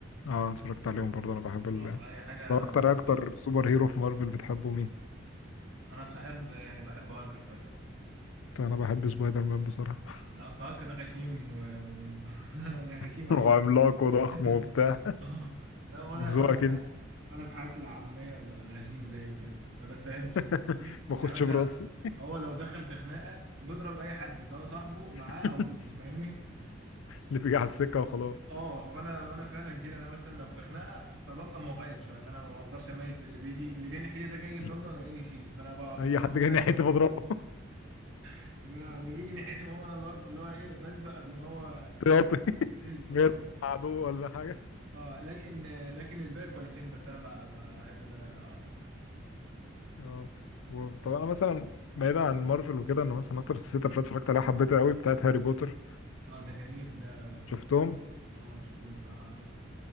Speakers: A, on the left; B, on the right.
A: اه اتفرجت عليهم برضه انا بحب ال...
B: اه اي حاجه
A: ده اكتر
B: مارفل
A: اكتر سوبر هيرو في مارفل بتحبه مين
B: انا بحب يعني بحب هالك شويه
A: انا بحب سبايدر مان بصراحه
B: آه، لا اصل هالك ده غشيم و... و... <laughs> غشيم
A: <laughs>
B: عامه
A: وعملاق وضخم
B: <laughs>
A: وبتاع
B: آه، لا وانا
A: ذوقك
B: وانا في حياتي وانا في حياتي العاميه بقى غشيم زيه كده ما بتفهمش
A: <laughs>
B: يعني
A: ما اخدش
B: يعني مثلا
A: براسي
B: هو لو دخل في خناقه بيضرب اي حد سواء صاحبه معاه
A: <laughs>
B: او ضده فاهمني
A: اللي بيجي على السكه وخلاص
B: اه فانا وانا فعلا كده انا مثلا لو في خناقه فببقى مغيب شويه اللي انا ما بقدرش اميز اللي بيجي اللي جاي ناحيتي ده جاي يضربني
A: <laughs>
B: ولا جاي يشيل فانا ب-
A: اي
B: باخد
A: حد جاي
B: انا
A: ناحيتي بضربه <laughs>
B: <laughs> اللي بيجي ناحيتي ما هو انا ضرب اللي هو ايه بسبق قبل ما هو
A: احتياطي
B: يسبق
A: غير
B: اه
A: عدو ولا حاجه
B: اه لكن لكن الباقي كويسين بس انا ب- ب- بحب ده اكتر
A: اه و- طب انا مثلا بعيدا عن مارفل وكده انا مثلا اكتر ست افلام اتفرجت عليها حبيتها قوي بتاعت هاري بوتر
B: اه ده جميل ده ده تحفه
A: شفتهم
B: اه شفتهم بصراحه تحفه